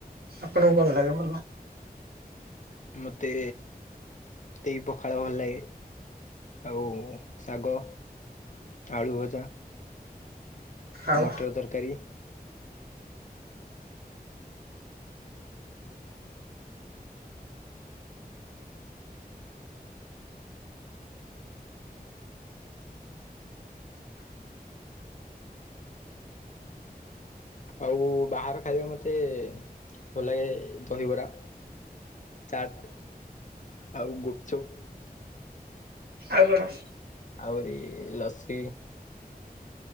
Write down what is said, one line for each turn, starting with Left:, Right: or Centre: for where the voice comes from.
Right: ଆପଣଙ୍କୁ କଣ ଲାଗେ ଭଲ?
Left: ମତେ ମତେ ବି ପଖାଳ ଭଲ ଲାଗେ। ଆଉ ଶାଗ ଆଳୁ ଭଜା।
Right: ଆଉ
Left: ମଟର ତରକାରୀ। ଆଉ ବାହାର ଖାଇବା ମତେ ଭଲ ଲାଗେ ଦହିବରା। ଚାଟ ଆଉ ଗୁପଚୁପ।
Right: ଆଉ କଣ?
Left: ଆହୁରି ଲସି।